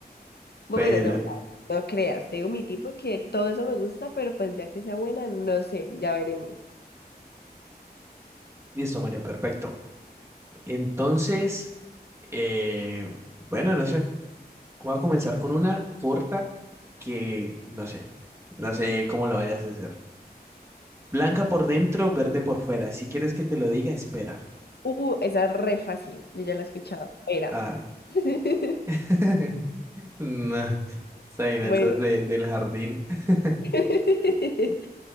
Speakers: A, on the left; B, on the right.
A: Bueno,
B: Pero,
A: no, no creas, te digo mi tipo que todo eso me gusta, pero pues ya que sea buena, no sé, ya veremos.
B: listo, María, perfecto. Entonces, eh, bueno, no sé. Voy a comenzar con una corta que no sé. No sé cómo lo vayas a hacer. Blanca por dentro, verde por fuera. Si quieres que te lo diga, espera.
A: Uh, esa es re fácil, yo ya la he escuchado. Era.
B: Ah.
A: <laughs>
B: <laughs> No. Esa vaina,
A: Bueno,
B: esa es de, del jardín. <laughs>
A: <laughs> e-